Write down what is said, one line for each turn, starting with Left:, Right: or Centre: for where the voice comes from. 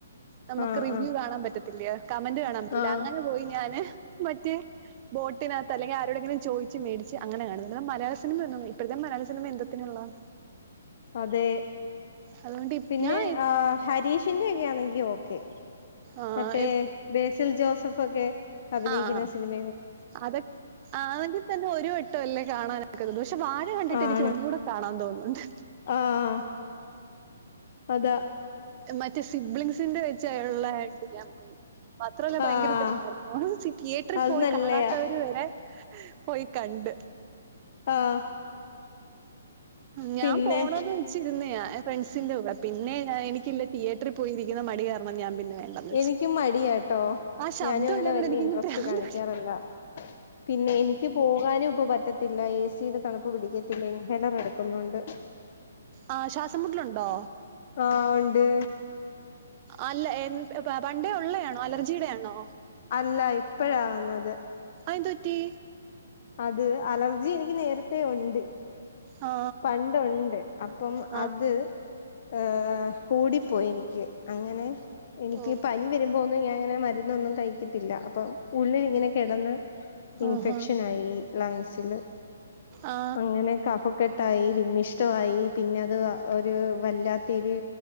Right: നമുക്ക്
Left: ആഹ്
Right: റിവ്യൂ
Left: ആഹ്
Right: കാണാൻ പറ്റ ല്ല്യ കമന്റ് കാണാൻ പറ്റില്ല
Left: ആഹ്
Right: അങ്ങനെ പോയി ഞാന് മറ്റേ ബോട്ടിനകത്ത് അല്ലെങ്കി ആരോടെങ്കിലും ചോയിച്ച് മേടിച്ച് അങ്ങനെ കാണുന്നത് അല്ലാതെ മലയാള സിനിമ ഒന്നും ഇപ്പഴത്തെ മലയാള സിനിമ എന്തോത്തിന് കൊള്ളാം
Left: അതെ
Right: അതുകൊണ്ട്
Left: പിന്നെ
Right: ഞാൻ
Left: ആ ഹരീഷിന്റെ ഒക്കെ ആന്നെങ്കി ഓക്കെ
Right: ആഹ്
Left: മറ്റേ ബേസിൽ ജോസഫ് ഒക്കെ അഭിനയിക്കുന്ന
Right: ആഹ്
Left: സിനിമ
Right: അതൊ ആണെങ്കി തന്നെ ഒരു വട്ടം അല്ലേ കാണാ പക്ഷെ വാഴ കണ്ടിട്ട്
Left: ആണ്
Right: എനിക്ക് ഒന്നൂടെ കാണാ തോന്ന്ണ്ട്
Left: ആഹ് അതാ
Right: മറ്റേ സിബ്ലിങ്സിന്റെ വെച്ചായുള്ള ഞാൻ പോയി മാത്രല്ല ഭയങ്കര
Left: ആഹ്
Right: ഇതല്ലാരുന്നോ തിയേട്രീ
Left: അത്
Right: പോയി
Left: നല്ലയാ
Right: കാണാത്തവര് ഇത് വരെ പോയി കണ്ട്
Left: ആഹ്
Right: ഞാ
Left: പിന്നെ
Right: പോണത് ച്ചിരുന്നേ ഫ്രണ്ട്സിന്റ കൂടെ പിന്നെ ഞാൻ എനിക്കില്ലേ തിയേറ്ററിൽ പോയിരിക്കുന്ന മടി കാരണം ഞാ പിന്നെ വേണ്ടന്ന് വെച്ച്
Left: എനിക്കും മടിയാട്ടോ
Right: ആ ശബ്ദം
Left: ഞാനും അങ്ങനെ
Right: എല്ലാം
Left: വല്യ
Right: കൂടെ എനിക്കിങ്ങ്
Left: ഇൻട്രസ്റ്റ്
Right: പ്രാന്ത്
Left: കാണിക്കാറില്ല
Right: പിടിച്ച്
Left: പിന്നെ എനി ക്ക് പോകാനുംപ്പൊ പറ്റത്തില്ല ഏ സി ടെ തണുപ്പ് പിടിക്കത്തില്ല ഇൻഹെലർ എടുക്കുന്നോണ്ട് <inaudible>
Right: ആഹ് ശ്വാസം മുട്ട്ലുണ്ടോ
Left: ആഹ് ഉണ്ട്
Right: അ അല്ല എൻ പ പണ്ടേ ഉള്ളയാണോ അലർജീടേണോ
Left: അല്ല ഇപ്പഴാ വന്നത്
Right: അയെന്തു പറ്റി
Left: അത് അലർജി എനിക്ക് നേരത്തേ ഉണ്ട്
Right: ആ
Left: പണ്ടുണ്ട് അപ്പം
Right: ആ
Left: അത് ഏഹ് കൂടിപ്പോയി എനിക്ക് അങ്ങനെ എനിക്ക്
Right: ഓ
Left: പനി വരു മ്പൊന്നും ഞാനങ്ങനെ മര്ന്നൊന്നും കഴിക്കത്തില്ല അപ്പം ഉള്ളില്ങ്ങനെ കെടന്ന് ഇൻഫെക്ഷനായി
Right: ആഹാ
Left: ലെൻസില്
Right: ആ
Left: അങ്ങനെ കഫക്കെട്ടായി വിമ്മിഷ്ടവായി പിന്നെ അത് ഒരു വല്ലാത്തെര്